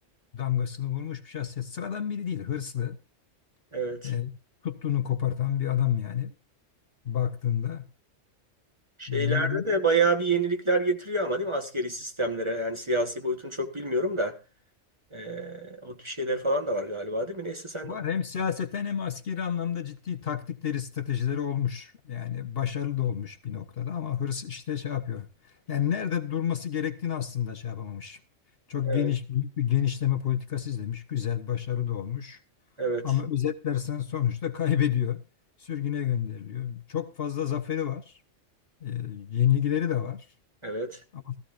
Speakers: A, on the left (about 55°); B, on the right (about 25°).
A: damgasını vurmuş bir şahsiyet. Sıradan biri değil hırslı
B: Evet.
A: e, tuttuğunu kopartan bir adam yani baktığında
B: Şeylerde
A: 20,
B: de bayağı bir yenilikler getiriyor ama değil mi askeri sistemlere? Yani siyasi boyutunu çok bilmiyorum da eee, o tip şeyler falan da var galiba değil mi? Neyse sen
A: Var hem siyaseten hem askeri anlamda ciddi taktikleri, stratejileri olmuş. Yani başarılı da olmuş bir noktada ama hırs işte şey yapıyor. Yani nerede durması gerektiğini aslında şey yapamamış. Çok
B: evet
A: geniş büyük bir genişleme politikası izlemiş. Güzel, başarılı da olmuş.
B: evet
A: Ama özetlersen sonuçta kaybediyor. Sürgüne gönderiliyor. Çok fazla zaferi var. E, yenilgileri de var.
B: evet
A: Ama